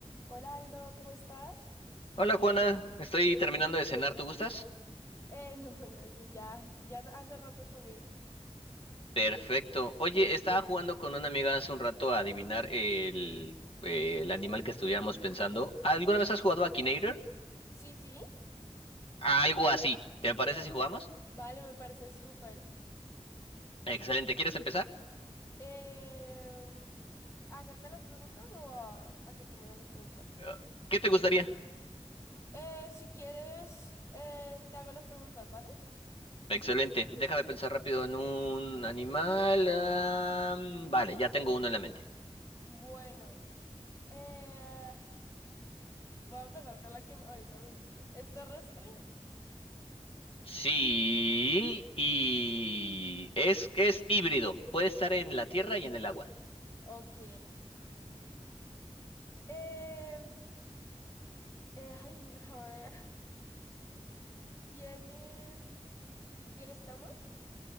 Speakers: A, on the left; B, on the left.
A: Hola Aldo, ¿cómo estás?
B: Hola Juana, estoy terminando de cenar, ¿tú gustas?
A: Eh, no, <laughs> gracias, ya, ya hace rato comí.
B: Perfecto. Oye, estaba jugando con una amiga hace un rato a adivinar el, eh, el animal que estuviéramos pensando. ¿Alguna vez has jugado a Akinator?
A: Sí, sí,
B: Algo así. ¿Te parece si jugamos?
A: vale, me parece súper.
B: Excelente, ¿quieres empezar?
A: Em, ¿hacerte las preguntas o a, a que tú me hagas las preguntas?
B: Eh, ¿Qué te gustaría?
A: Eh, si quieres, eh, te hago las preguntas, ¿vale?
B: Excelente, déjame pensar rápido en un animal. ah, mm, vale, ya tengo uno en la mente.
A: Bueno, eh, voy a empezar con la que ahorita me dijiste. ¿Es terrestre?
B: Sí, y es, es híbrido, puede estar en la tierra y en el agua.
A: Ok. Em, eh, ay, no, a ver, <laughs> ¿tiene, ¿tiene escamas?